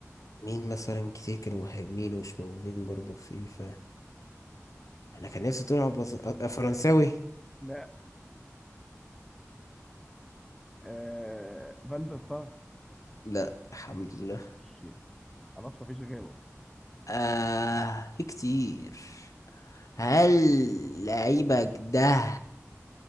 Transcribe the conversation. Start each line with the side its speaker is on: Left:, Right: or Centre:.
Left: مين مثلا كتير كانوا مهاجمين ومش موجودين برضه في فيفا انا كان نفسي تقول على برازيل- آه، فرنساوي
Centre: لا <clears throat> آه فان دير سار
Left: لا الحمد لله
Centre: شيت خلاص مفيش غيره
Left: آه في كتير هل لعيبك ده